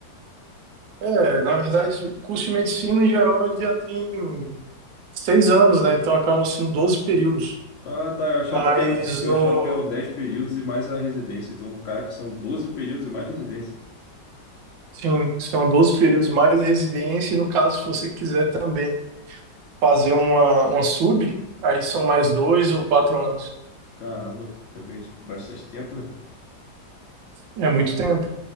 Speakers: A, on the right (about 85°); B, on the left (about 50°).
A: é, na verdade, o curso de medicina em geral ele já tem seis anos, né? Então acabam sendo 12 períodos.
B: Ah, tá. Eu achava
A: Mas
B: que eram, eu
A: no,
B: achava que eram 10 períodos e mais a residência. Então, caraca, são 12 períodos e mais residência.
A: Sim, são 12 períodos mais residência, e no caso, se você quiser também fazer uma, uma sub, aí são mais dois ou quatro anos.
B: Caramba, cara, realmente bastante tempo, né?
A: É muito tempo.